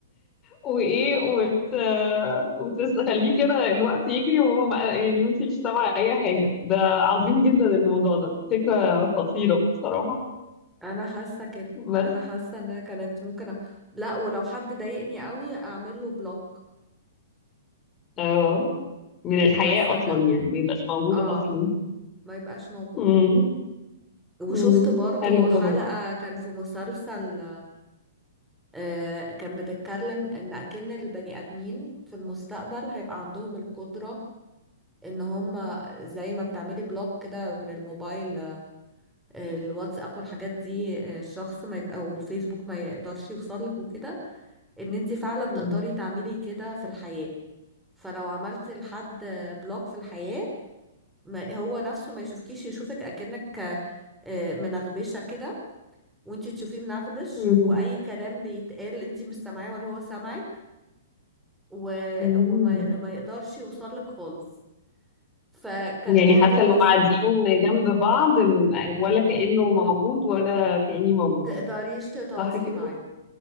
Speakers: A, on the left; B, in the centre.
A: وايه وت... وتخليه كده الوقت يجري وهو ما... يعني وانتي مش سامعة اي حاجة ده عظيم جدا الموضوع ده فكرة خطيرة بصراحة
B: انا حاسة كده
A: بس
B: انا حاسة انها كانت ممكن أ... لا ولو حد ضايقني قوي اعمل له بلوك
A: اه من الحياة
B: حاسة
A: اصلا
B: ان
A: يعني ما يبقاش موجود
B: اه
A: اصلا
B: ما يبقاش موجود
A: امم
B: وشفت
A: امم
B: برضو
A: حلو
B: حلقة
A: ده
B: كان في مسلسل آه، كان بتتكلم ان اكن البني ادمين في المستقبل هيبقى عندهم القدرة ان هم زي ما بتعملي بلوك كده من الموبايل آه، الواتساب والحاجات دي آه، الشخص ما يد... او الفيسبوك ما يقدرش يوصلك وكده ان انت فعلا
A: برضه
B: تقدري تعملي كده في الحياة فلو عملتي لحد بلوك في الحياة ما هو نفسه ما يشوفكيش يشوفك اكنك آه، منغبشة كده وانتي تشوفيه منغبش
A: مم.
B: واي كلام بيتقال انتي مش سامعاه ولا هو سامعك و...
A: مم.
B: وما ما يقدرش يوصلك خالص فكان
A: يعني
B: برضو
A: حتى
B: هس...
A: لو قاعدين جنب بعض م- ولا كأنه موجود ولا كأني موجود
B: تقدريش تتواصلي
A: صح كده؟
B: معاه